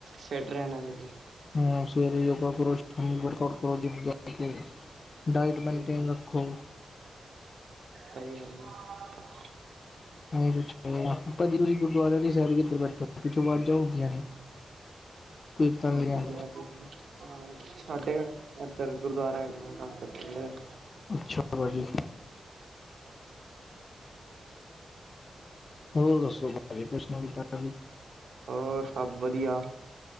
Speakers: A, on the right; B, on the left.
A: ਫਿੱਟ ਰਹਿਣਾ ਜੇ ਤੇ।
B: ਹਮ ਸਵੇੋ ਜ ਕੇ <unintelligible> ਡਾਇਟ ਮੇਨਟੇਨ
A: ਹੂੰ,
B: ਰੱਖੋ।
A: ਸਹੀ ਗੱਲ ਆ।
B: ਛ ਤੁਸੀਂ ਗੁਰਦੁਆ ਸਾਈਡ ਬੈਠੋ <unintelligible> ਹੁੰਦੀਆਂ ਨੇ ਕੀਰਤਨ ਦੀਆਂ
A: ਗੁਰਦੁਆਰੇ ਹਾਂ ਸਾਡੇ ਇਧਰ ਗੁਰਦੁਆਰਾ ਹੈਗਾ ਨਾ ਘ
B: ਅੱਛਾ ਬਾਅ ਜੀ। ਹੋਰ ਦੱਸੋ ਬਾਰੇ ਕੁੱਛ ਨਾ ਕੀਤਾ <inaudible>
A: ਹੋਰ ਸਭ ਵਧੀਆ।